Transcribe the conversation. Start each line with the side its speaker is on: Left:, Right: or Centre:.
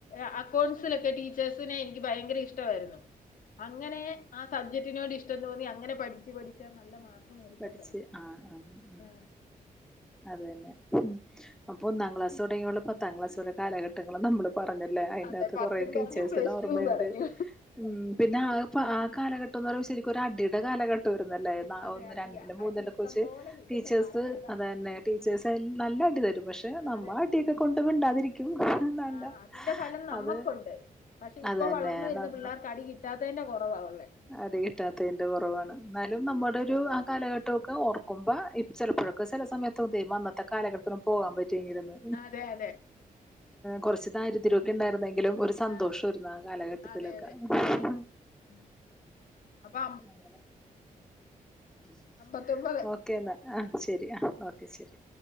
Left: എഅക്കൗണ്ട്സിലൊക്കെ ടീച്ചേഴ്സിനെ നിക്ക് ഭയങ്കര ഇഷ്ടമായിരുന്നു അങ്ങനെ ആ സബ്ജെക്ടിനോട് ഇഷ്ടം തോന്നി അങ്ങനെ പഠച്ച് പഠിച്ചാ നല്ല മാർക്ക് മേടിക്കാൻ
Centre: പഠച്ച്
Left: തുടങ്ങി
Centre: ആ ആ ഉം
Left: ആ,
Centre: അതന്നെ മ് അപ്പൊ ഒന്നാം ക്ലാസൊടങ്ങിയൊള് പത്താം ക്ലാസ്സ് വരെ കാലഘട്ടങ്ങൾ നമ്മള് പറഞ്ഞല്ലേ അതിന്റെ
Left: അതെ
Centre: അകത്ത്
Left: പത്തും
Centre: കൊറേ ടീച്ചേഴ്സിന്
Left: പറഞ്ഞു പ്ലസ്
Centre: ഓർമ്മയുണ്ട്
Left: ടുവും പറഞ്ഞു
Centre: ഉം പിന്നെ- ഇപ്പ ആ കാലഘട്ടം എന്ന് പറുമ്പോ ശരിക്കും ഒരു അടിയുടെ കാലഘട്ടം ആയിരുന്നല്ലേ
Left: അതെ
Centre: ഓഹ്
Left: അടിയാ
Centre: രണ്ടില് മൂന്നിലൊക്കെ
Left: അടി ഇഷ്ടം
Centre: വച്ച്
Left: പോലെ കിട്ടുന്ന
Centre: ടീച്ചേഴ്സ്
Left: കാലഘട്ടം
Centre: അത് തന്നെ ടീച്ചേഴ്സ് നല്ല അടി തരും പക്ഷെ- പക്ഷെ നമ്മള്
Left: അതെ
Centre: അടിയൊക്കെ കൊണ്ട് മിണ്ടാതിരിക്കും നല്ല
Left: ആഹ് അതിന്റെ ഫലം നമ്മക്കുണ്ട്
Centre: അത്-
Left: പക്ഷെ ഇപ്പൊ
Centre: അതന്നെ
Left: വളർന്ന വരുന്ന
Centre: നമ്മ
Left: പിള്ളേർക്ക് അടി കിട്ടാത്തേന്റെ കൊറവാവുള്ളേ
Centre: അടി കിട്ടാത്തതിന്റെ കൊറവാണ് എന്നാലും നമ്മുടെ ഒരു- കാലഘട്ടമൊക്കെ ഓർക്കുമ്പോ ഇ ചെലപ്പോഴൊക്കെ ചെല സമയത്ത് ചെയ്യും അന്നത്തെ കാലഘട്ടത്തിലും പോകാൻ പറ്റിയെങ്കിൽ എന്ന്
Left: അതെ അതെ
Centre: കൊറച്ച് ദാരിദ്ര്യക്കെ ഇണ്ടായിരുന്നെങ്കിലും ഒരു- സന്തോഷയിരുന്നു
Left: ആഹ്
Centre: ആ കാലഘട്ടത്തിലൊക്കെ
Left: അതെ അതെ
Centre: ഉം
Left: ഉം അപ്പൊ
Centre: ഉം <unintelligible>
Left: അപത്തൊമ്പത് <unintelligible>
Centre: ഓക്കേ എന്നാ ആഹ് ശരി ആഹ് ഓക്കെ ശരി